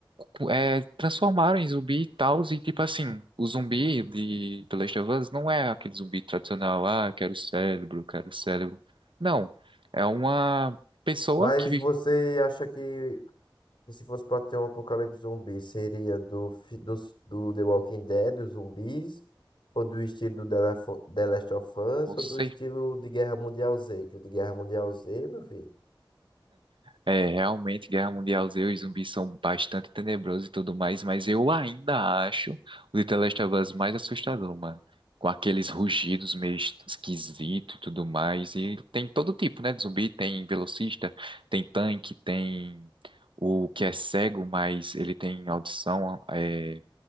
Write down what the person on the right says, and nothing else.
cu- é, transformaram em zumbi e tal, e tipo assim, o zumbi de The Last of Us não é aquele zumbi tradicional, ah, quero cérebro, quero cérebro. Não, é uma pessoa
que...
Você?
É, realmente, Guerra Mundial Z, os zumbis são bastante tenebrosos e tudo mais, mas eu ainda acho o The Last of Us mais assustador, mano. Com aqueles rugidos meio esquisitos e tudo mais. E tem todo tipo, né, de zumbi. Tem velocista, tem tanque, tem o que é cego, mas ele tem audição, é,